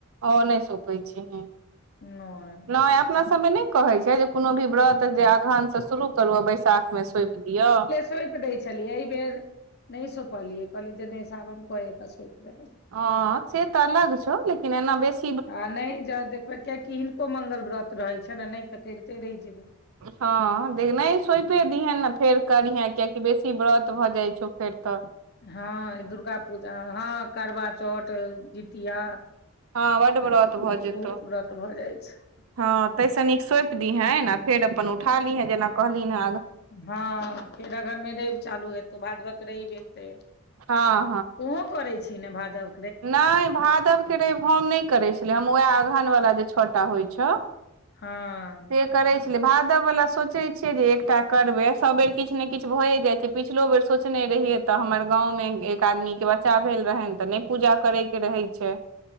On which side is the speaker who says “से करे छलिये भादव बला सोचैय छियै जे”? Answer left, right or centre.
Right